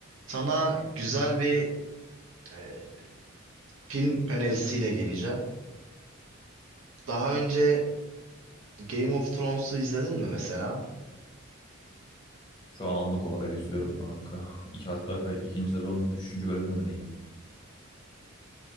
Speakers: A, on the right; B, on the left.
A: Sana güzel bir e, film önerisiyle geleceğim. Daha önce Game of Thrones'u izledin mi mesela?
B: Şu an anlık olarak izliyorum kanka. İki, hatta kaç, ikinci sezon üçüncü bölümde mi neyim?